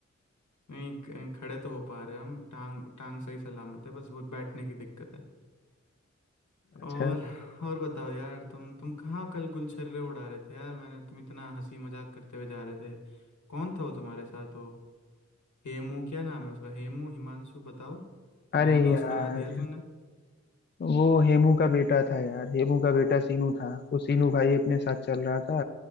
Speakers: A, on the left; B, on the left.
A: नहीं क- खड़े तो हो पा रहे हैं हम टांग टांग सही सलामत है बस वो बैठने की दिक्कत है
B: अच्छा
A: और और बताओ यार तुम तुम कहाँ कल गुलछर्रे उड़ा रहे थे यार मैंने तुम इतना हंसी मजाक करते हुए जा रहे थे कौन था वो तुम्हारे साथ हो हेमू क्या नाम है उसका हेमू हिमांशु बताओ
B: अरे
A: नया दोस्त
B: यार
A: बना दिया तुमने
B: वो हेमू का बेटा था यार हेमू का बेटा सीनू था वो सीनू भाई अपने साथ चल रहा था